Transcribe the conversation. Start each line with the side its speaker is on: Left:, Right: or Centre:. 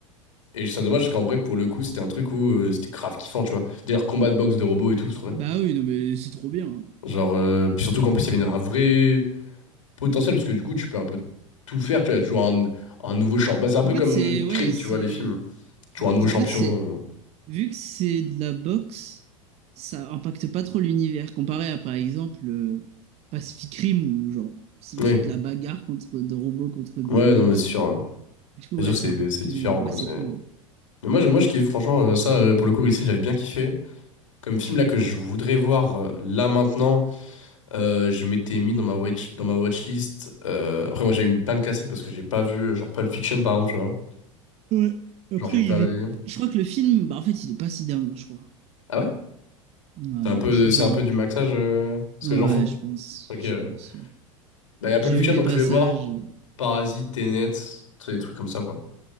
Left: Et c'est dommage parce qu'en vrai, pour le coup, c'était un truc où euh, c'était grave kiffant, tu vois. D'ailleurs, combat de boxe de robots et tout, c'est trop bien.
Right: Bah oui, non mais c'est trop bien. hein.
Left: Genre, euh, puis surtout qu'en plus, il y avait une- un vrai. potentiel, parce que du coup, tu peux un peu tout faire. Tu as toujours un, un nouveau champ Bah, c'est un peu
Right: En fait,
Left: comme
Right: c'est ouais,
Left: Creed,
Right: c'est
Left: tu vois, les films. Tu
Right: ouais,
Left: vois, un nouveau
Right: c'est-
Left: champion.
Right: en fait c'est vu que c'est de la boxe, ça impacte pas trop l'univers comparé à par exemple euh, Pacific Rim où genre c'est juste
Left: euh. Oui,
Right: de la bagarre contre des robots contre des
Left: ouais,
Right: monstres.
Left: non, mais c'est sûr. hein.
Right: Du coup,
Left: C'est
Right: ouais,
Left: sûr que
Right: c'est
Left: c'est
Right: un peu plus
Left: c'est différent,
Right: ouais,
Left: quoi.
Right: c'est
Left: c'est-
Right: cool.
Left: Mais moi, je, moi, je kiffe, franchement, euh, ça, euh, pour le coup, ici, j'avais bien kiffé. Comme film là que je voudrais voir euh, là maintenant, euh, je m'étais mis dans ma watch, dans ma watchlist. euh, Après, moi, j'ai mis plein de classiques parce que j'ai pas vu, euh, genre Pulp Fiction, par exemple, tu vois.
Right: Ouais. Après,
Left: Genre, j'ai pas
Right: il
Left: vu.
Right: est je crois que le film bah en fait, il est pas si dingue, je crois.
Left: Ah ouais?
Right: Ouais,
Left: C'est un peu,
Right: c'est
Left: c'est
Right: genre
Left: un peu du maxage, euh, ce
Right: ouais,
Left: que j'en fous.
Right: je pense,
Left: Ok,
Right: je
Left: ouais.
Right: pense. ouais.
Left: Bah, il y a Pulp
Right: J'ai
Left: Fiction,
Right: vu des
Left: donc
Right: passages.
Left: je voulais voir Parasite, Tenet, tu sais, des trucs comme ça, quoi.